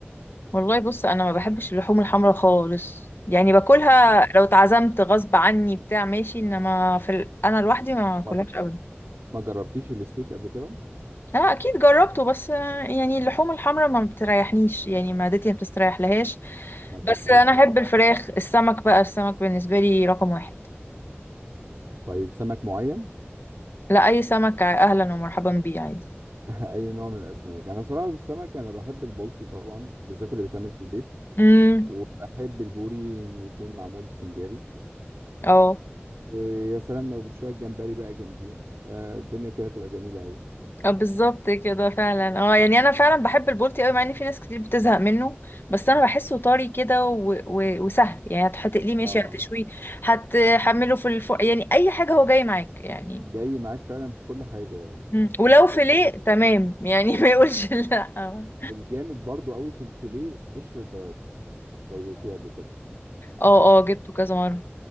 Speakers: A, on the left; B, on the right.
A: والله بص أنا ما بحبش اللحوم الحمراء خالص يعني باكلها
B: خالص.
A: لو اتعزمت غصب عني بتاع ماشي انما في ال... انا لوحدي ما باكلهاش
B: طب
A: ابدا
B: ما جربتيش الستيك قبل كده
A: انا اكيد جربته بس آه، يعني اللحوم الحمراء ما بتريحنيش يعني معدتي ما بتستريح لهاش
B: ما فتحتيش
A: بس انا احب
B: معاها
A: الفراخ
B: آه.
A: السمك بقى السمك بالنسبة لي رقم واحد
B: طيب سمك معين
A: لا اي سمك ع- اهلا ومرحبا بيه عادي
B: <laughs> اي نوع من الاسماك انا بصراحه في السمك انا بحب البلطي طبعا وبالذات اللي بيتعمل في البيت
A: امم
B: وبحب البوري إن يكون معمول سنجاري
A: اه
B: ويا سلام لو شويه جمبري بقى جنبيه آه الدنيا كده تبقى جميله قوي
A: اه بالظبط كده فعلا اه يعني انا فعلا بحب البولتي قوي مع ان في ناس كتير بتزهق منه بس انا بحسه طري كده و... و... وسهل يعني هتقليه ماشي
B: اه
A: هتشويه هتحمله في الفرن يعني اي حاجه هو جاي معاك يعني
B: جاي معاك فعلا في كل حاجه
A: مم. ولو
B: بيبقى
A: فيليه
B: حلو جدا.
A: تمام يعني <laughs> ما يقولش لا اه
B: الجامد برضو قوي في الفيليه قشر البياض لو دوقتيه قبل كده
A: اه اه جبته كذا مره